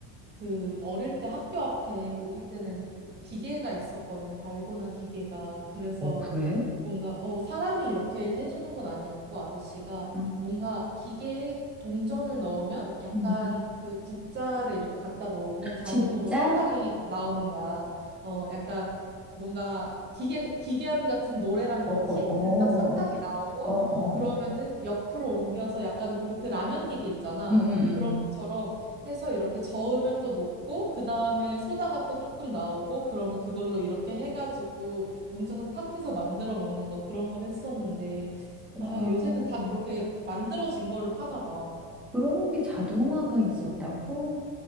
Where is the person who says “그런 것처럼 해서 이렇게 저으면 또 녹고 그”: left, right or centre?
Right